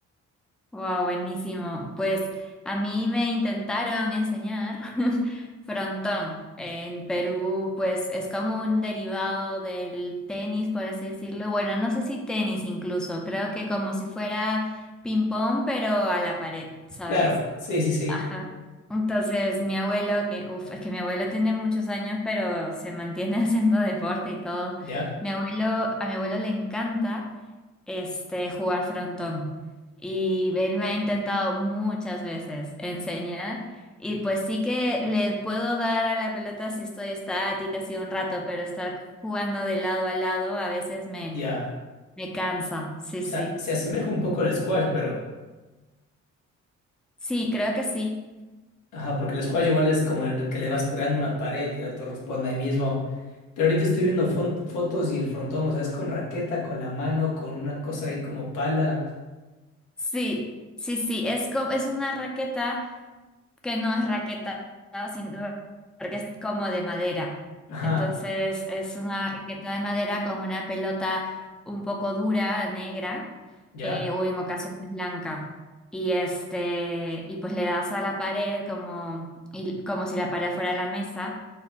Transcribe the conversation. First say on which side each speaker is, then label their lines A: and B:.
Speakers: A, in the centre; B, on the left (about 85°).
A: Wow, buenísimo. Pues a mí me intentaron enseñar <laughs> frontón. En Perú, pues es como un derivado del tenis, por así decirlo. Bueno, no sé si tenis incluso. Creo que como si fuera ping pong, pero a la pared, ¿sabes?
B: Claro, sí, sí, sí.
A: Ajá. Entonces, mi abuelo, que, uf, es que mi abuelo tiene muchos años, pero se mantiene <laughs> haciendo deporte y todo.
B: Ya,
A: Mi abuelo, a mi abuelo le encanta este jugar frontón. Y él me ha intentado muchas veces enseñar. Y pues sí que le puedo dar a la pelota si estoy estática, así un rato, pero estar jugando de lado a lado a veces me,
B: ya.
A: me cansa. Sí, sí.
B: O sea, se asemeja un poco al squash, pero,
A: Sí, creo que sí.
B: ajá, porque el squash igual es como el que le vas pegando una pared y el otro responde ahí mismo. Pero ahorita estoy viendo fon- fotos y el frontón, o sea, es con raqueta, con la mano, con una cosa ahí como pala.
A: Sí, sí, sí. Es, co- es una raqueta. que no es raqueta, sino porque es como de madera.
B: Ajá,
A: Entonces es una raqueta de madera con una pelota un poco dura, negra,
B: ya.
A: eh, o en ocasiones blanca. Y este, y pues le das a la pared como, y- como si la pared fuera la mesa,